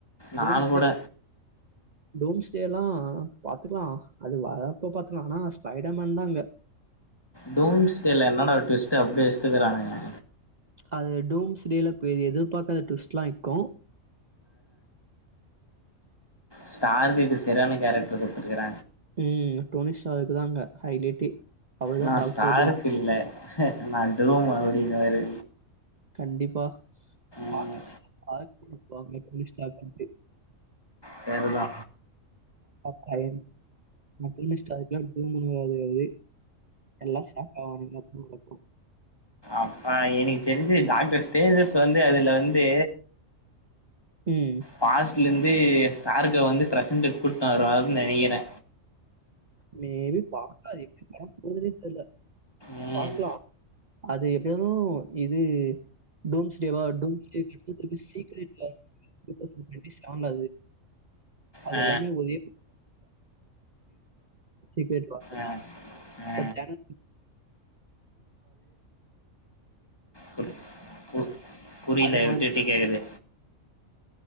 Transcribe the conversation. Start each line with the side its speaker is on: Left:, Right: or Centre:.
Left: நானு
Right: ரூம்ஸ்டே
Left: கூட
Right: டோம் ஸ்டேல்லா பாத்துக்லா அது வரப்ப பாத்துக்லா ஆனா ஸ்பைடர்மேன் தாங்க
Left: டோம்ஸ்டேல என்னென்ன ட்விஸ்ட் அப்டி வெச்சிட்ருக்கானுக
Right: அது டூம்ஸ்டேல பெ எதிர்பாக்காத ட்விஸ்ட்ல்லா இருக்கு
Left: ஸ்டார் கீட்டு சரியான கேரக்டர் குடுத்துருக்கற
Right: ம் டோனி ஷா இது தாங்க ஹைலைட்டே அவர் தான்
Left: நா
Right: டாக்டர்
Left: ஸ்டார்க்
Right: டூம்.
Left: இல்ல நா டூம் அப்டின்னுவாரு
Right: கண்டிப்பா <unintelligible>
Left: ம் சரிதா
Right: பயன் மட்டஷ்டா டூம்ன்னுவாரு எல்லா ஷாக் ஆவானுகோ
Left: அப்பா எனக்கு தெரிஞ்சு டாக்டர் ஸ்டேஜர்ஸ் வந்து அதுல வந்து
Right: ம்.
Left: பாஸ்ல இந் து ஸ்டாருக்கு வந்து பிரசண்ட்டு கூப்ட்டு வருவாருன்னு நெனைக்கிறே
Right: மேபி பாக்லா எப்டி படோ போதுன்னே தெரியல
Left: ம்
Right: பாக்லா அது எப்டினாலு இது டூம்ஸ்லேவா டூம்ஸ்லேக்கடுத்து திருப்பி சீக்ரெட்ல <inaudible> டுவென்டி செவன்ல அது
Left: ஆ
Right: எல்லாமே ஒரே <inaudible> இதுல
Left: ஆ ஆ
Right: வச்சாங்க
Left: புரி பு புரியல
Right: அது மாதிரி
Left: விட்டுட்டு கேக்குது